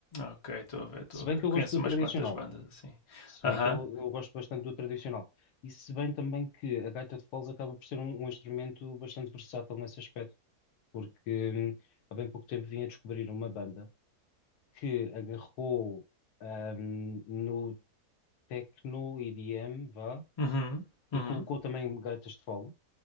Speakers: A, on the left; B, on the left.
A: Ok, estou a ver, estou
B: Se
A: a
B: bem
A: ver.
B: que eu
A: Conheço
B: gosto do
A: umas
B: tradicional,
A: quantas bandas assim.
B: se
A: Aham,
B: bem que eu, eu gosto bastante do tradicional, e se bem também que a gaita de foles acaba por ser um, um instrumento bastante versátil nesse aspecto, porque hum, há bem pouco tempo vim a descobrir uma banda. que agarrou ahm, no techno EDM, vá,
A: uhum,
B: e
A: uhum,
B: colocou também gaitas de fole